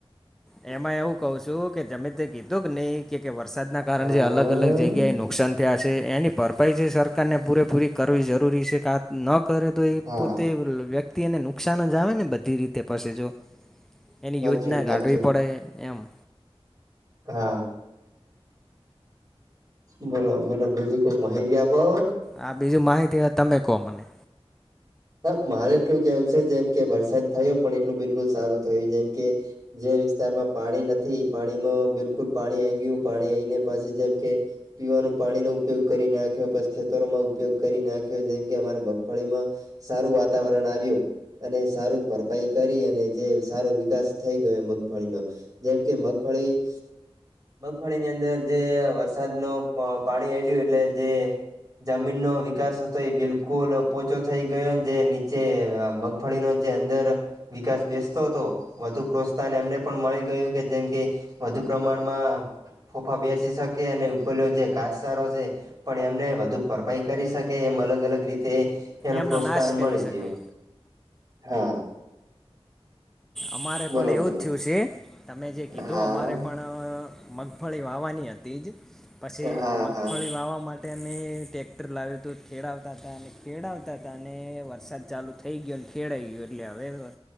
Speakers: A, in the centre; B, on the right.
A: એમાં એવું કઉ છું, કે જમે તે કીધું કે નહી કે વરસાદના કારણે
B: હા
A: જે અલગ અલગ જગ્ ગ્યાએ નુકસાન થયા છે એની ભરપાઈ જે સરકારને પૂરેપૂરી કરવી જરૂરી છે, કા ન કરે તો એ
B: હા
A: પોતે વ્ય ક્તિ નુકસાન જ આવે ને બધી રીતે પસેજો એની
B: હાચું
A: યોજના
B: હાચું
A: ગાઢવી. એમ
B: હા બોલો બોલો બીજું કાંક માહિતી આપો
A: આ બીજું માહિતી આ તમે કહો મને
B: હ મારે એટલું કેવું છે, જેમ કે વરસાદ થયો પણ એટલું બિલકુલ સારું થયું જેમ કે જે વિસ્તારમાં પાણી નથી પાણીમાં બિલકુલ પાણી આઈ ગયું પાણી આઈને પછી જેમ કે પીવાનું પાણીનો ઉપયોગ કરી નાખ્યો, પછી ખેતરોમાં ઉપયોગ કરી નાખ્યો, જેમ કે અમારા મગફળીમાં સારું વાતાવરણ આવ્યું. અને સારું ભરપાઈ કરી અને જે સારો વિકાસ થઈ ગયો મગફળીનો. જેમ કે મગફળી મગફળી ની અંદર જે વરસાદ નુ પાણી અડ્યું એટલે જે જમીનનો વિકાસ હતો એ બિલકુલ પોચો થઈ ગયો જે નીચે મગફળીનો જે અંદર વિકાસ બેસતો હતો વધુ પ્રોત્સાહન એમને પણ મળી ગયું કે જેમ કે. વધુ પ્રમાણમાં ફોફા બેસી શકે અને ઉપરલો જે ઘાસચારો છે. પણ એમને વધુ ભરપાઈ કરી શકે એમ અલગ અલગ રીતે એનું
A: એમનો
B: પ્રોત્સાહન
A: નાશ કરી
B: મળી
A: શકે
B: ગયું હા.
A: અમારે
B: બોલો
A: પણ એવું
B: બોલો
A: જ થયું છે તમે જે કીધું
B: હા
A: અમારે પણ. મગફળી વાવાની હતી જ પછી
B: હા
A: મગ મગફળી
B: હા
A: વાવવા માટે અમે ટેક્ટર લાવ્યું હતું ખેડાવતા હતા અને ખેડાવતા હતા અને વરસાદ ચાલુ. થઈ ગયો ને તેડાએ ગયો એટલે હવે.